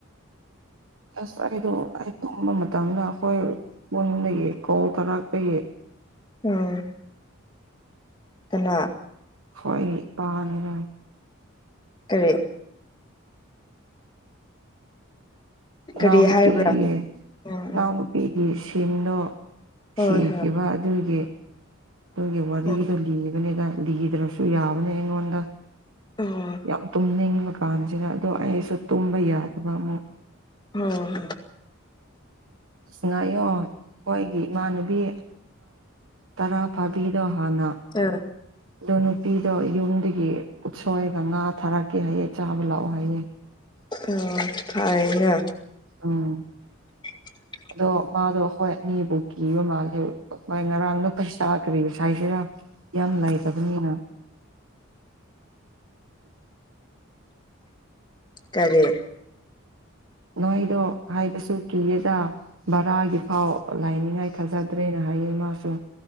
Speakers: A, on the right; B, on the left.
A: ꯑꯁ ꯑꯩꯗꯣ ꯑꯩ ꯇꯨꯝꯕ ꯃꯇꯝꯗ ꯑꯩꯈꯣꯏ ꯄꯨꯟꯗꯒꯤ ꯀꯣꯜ ꯇꯥꯔꯥꯛꯄꯒꯤ
B: ꯎꯝ ꯀꯅꯥ
A: ꯍꯣꯏ ꯏ ꯄꯥꯅꯤꯅ
B: ꯀꯔꯤ
A: ꯏꯅꯥꯎꯅꯨꯄꯤꯒꯤ
B: ꯀꯔꯤ ꯍꯥꯏꯕ꯭ꯔꯥ ꯎꯝ
A: ꯏꯅꯥꯎ
B: ꯎꯝ
A: ꯅꯨꯄꯤꯒꯤ ꯁꯤꯝꯗꯣ
B: ꯍꯣꯏ
A: ꯁꯤꯈꯤꯕ
B: ꯍꯣꯏ
A: ꯑꯗꯨꯒꯤ ꯑꯗꯨꯒꯤ ꯋꯥꯔꯤꯗꯣ
B: ꯎꯝ
A: ꯂꯤꯕꯅꯤꯗ ꯂꯤꯗ꯭ꯔꯁꯨ ꯌꯥꯕꯅꯦ ꯑꯩꯉꯣꯟꯗ
B: ꯎꯝ
A: ꯌꯥꯝ ꯇꯨꯝꯅꯤꯡꯕ ꯀꯥꯟꯁꯤꯗ ꯑꯗꯣ ꯑꯩꯁꯨ ꯇꯨꯝꯕ ꯌꯥꯗꯕ ꯑꯃꯨꯛ
B: ꯎꯝ
A: ꯉꯥꯌꯣ ꯑꯩꯈꯣꯏꯒꯤ ꯏꯃꯥꯟꯅꯨꯕꯤ ꯇꯔꯥ ꯐꯥꯕꯤꯗꯣ ꯍꯥꯟꯅ
B: ꯑꯥ
A: ꯑꯗꯣ ꯅꯨꯄꯤꯗꯣ ꯌꯨꯝꯗꯒꯤ ꯎꯠꯁꯣꯏꯒ ꯉꯥ ꯊꯥꯔꯛꯀꯦ ꯍꯥꯏꯌꯦ ꯆꯥꯕ ꯂꯥꯛꯑꯣ ꯍꯥꯏꯌꯦ
B: ꯑꯣ ꯐꯩꯅ
A: ꯑꯥ
B: <unintelligible>
A: ꯑꯗꯣ ꯃꯥꯗꯣ ꯑꯩꯈꯣꯏ ꯃꯤꯕꯨ ꯀꯤꯕ ꯃꯥꯜꯂꯦꯕ ꯍꯣꯏ ꯉꯔꯥꯡꯗꯣ ꯄꯩꯁꯥ ꯀꯔꯤ ꯍꯥꯏꯁꯤꯔꯥ ꯌꯥꯝ ꯂꯩꯥꯇꯕꯅꯤꯅ
B: ꯀꯔꯤ
A: ꯅꯍꯣꯏꯗꯣ ꯍꯥꯏꯕꯁꯨ ꯀꯤꯌꯦꯗ ꯕꯔꯥꯒꯤ ꯐꯥꯎ ꯂꯥꯏꯅꯤꯡꯉꯥꯏ ꯊꯥꯖꯗ꯭ꯔꯦꯅ ꯍꯥꯏꯌꯦ ꯃꯥꯁꯨ